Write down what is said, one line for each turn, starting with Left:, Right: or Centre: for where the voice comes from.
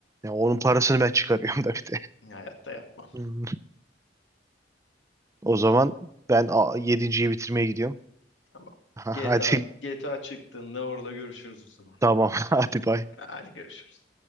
Right: onun parasını ben çıkarıyorum da bir de.
Left: hayatta yapmam.
Right: Hmm. O zaman ben yedinciyi bitirmeye gidiyorum.
Left: Tamam.
Right: <laughs> Hadi.
Left: GTA, GTA çıktığında orada görüşürüz o zaman.
Right: Tamam. <laughs> Hadi bay.
Left: Hadi görüşürüz.